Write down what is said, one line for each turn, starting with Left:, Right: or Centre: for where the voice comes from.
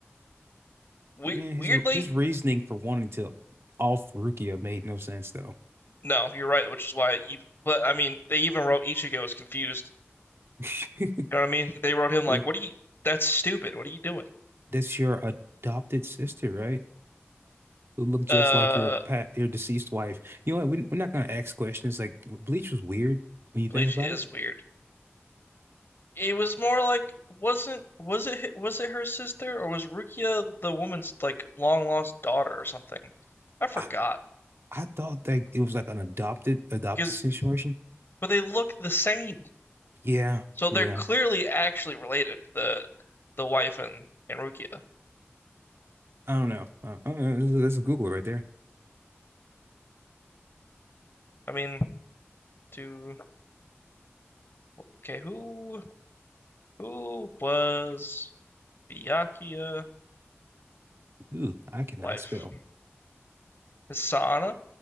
Left: We
Right: Yeah,
Left: weirdly,
Right: his his reasoning for wanting to off Rukia made no sense though.
Left: no, you're right, which is why even, but I mean, they even wrote Ichigo as confused.
Right: <laughs>
Left: You know what I mean? They wrote him
Right: Yeah,
Left: like, "What are you that's stupid. What are you doing?"
Right: that's your adopted sister, right? who look just
Left: Uh,
Right: like your pat your deceased wife. You know what? We, we're not gonna ask questions. Like Bleach was weird when you
Left: Bleach
Right: think about
Left: is
Right: it.
Left: weird. It was more like wasn't was it hi- was it her sister or was Rukia the woman's like long lost daughter or something? I forgot
Right: I, I thought that it was like an adopted adopted
Left: because
Right: situation.
Left: but they look the same.
Right: Yeah,
Left: So
Right: yeah.
Left: they're clearly actually related, the the wife and and Rukia.
Right: I don't know. Uh, uh, uh, that's a that's a Google right there.
Left: I mean, to okay, who who was Byakuya
Right: Ooh, I cannot
Left: wife?
Right: spell.
Left: Hisana?